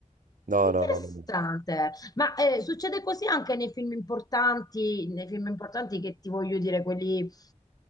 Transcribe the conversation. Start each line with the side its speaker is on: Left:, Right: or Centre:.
Right: no,
Left: Interessante,
Right: no, no, no. no.
Left: ma eh, succede così anche nei film importanti, nei film importanti che ti voglio dire, quelli eh,